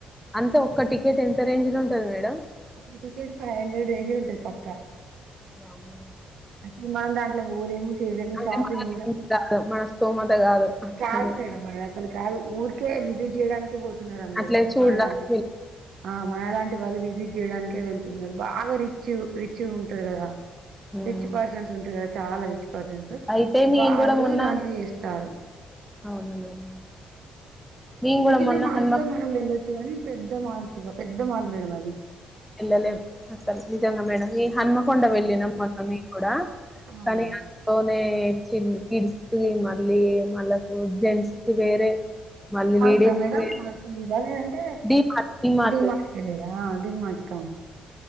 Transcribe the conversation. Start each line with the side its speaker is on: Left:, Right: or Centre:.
Centre: అంటే ఒక్క టికెట్ ఎంత రేంజ్ లో ఉంటది మేడం
Right: ఒక టికెట్ ఫై హండ్రెడ్ రేంజ్ ల ఉంటది పక్కా
Centre: వామ్మో
Right: అసలు మనం దాంట్లో పోలేము చేయలేము
Centre: అంటే
Right: షాపింగ్
Centre: మన
Right: గూడా
Centre: రేంజ్ కాదు మన స్తోమత కాదు అట్లాంటి
Right: కాదు మేడం మనది అసలు కాదు ఊరికే విజిట్ జేయడానికి పోతున్నారు అందరూ
Centre: అట్లే చూడడానికి
Right: మనలాంటి
Centre: వెళ్
Right: ఆహ్ మనలాంటి వాళ్ళు విజిట్ జేయడానికే వెళ్తున్నరు బాగా రిచ్ రిచ్చుగుంటరు గదా
Centre: హ్మ్.
Right: రిచ్ పర్సన్స్ ఉంటరు గదా చాలా రిచ్ పర్సన్స్
Centre: అయితే నేను
Right: వాళ్ళు
Centre: కూడా మొన్న
Right: దాంట్లో చెస్తారు
Centre: అవును మేడం నేను
Right: చిన్న
Centre: కూడా
Right: చిన్న
Centre: మొన్న
Right: మాల్స్
Centre: హన్మ
Right: లో మనం వెళ్ళో చ్చు గని పెద్ద మాల్స్ ఇగ పెద్ద మాల్ మేడం అది
Centre: ఎళ్ళలే అత్తం నిజంగా మేడం ఈ హన్మకొండ వెళ్ళినం మొన్న మెము గూడా
Right: అవును
Centre: కానీ అందులోనే చి కిడ్స్ కి మళ్ళీ మళ్ళ కు జెంట్స్ కి వేరే మళ్ళీ
Right: మాల్
Centre: లేడీస్
Right: కా మేడం
Centre: కి వేరే
Right: మాల్కెళ్ళిరా లేదంటే
Centre: D mart D mart
Right: D mart కెల్లిరా డి మార్ట్ కా